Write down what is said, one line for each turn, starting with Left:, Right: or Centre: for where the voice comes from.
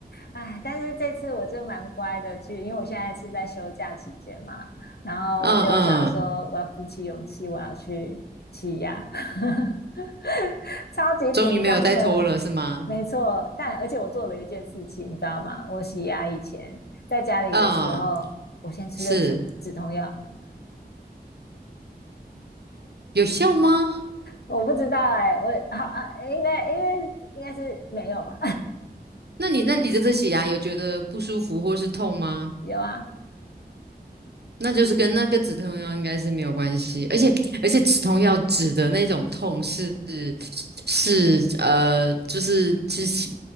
Left: 哎，但是这次我就蛮乖的去，因为我现在是在休假期间嘛，然后我就想说，
Right: 嗯嗯，
Left: 我要鼓起勇气，我要去洗牙。<laughs> 超级紧张的，
Right: 终于没有再拖了，是吗？
Left: 没错。但而且我做了一件事情，你知道吗？我洗牙以前在家里的时候，
Right: 嗯，
Left: 我先吃的止止痛药，
Right: 是。有效吗？
Left: 我不知道哎、我好啊，应该应该应该是没有吧？
Right: 那你那你这次洗牙有觉得不舒服或是痛吗？
Left: <laughs> 有啊，
Right: 那就是跟那跟止痛药应该是没有关系，而且而且止痛药止的那种痛是是呃，就是就是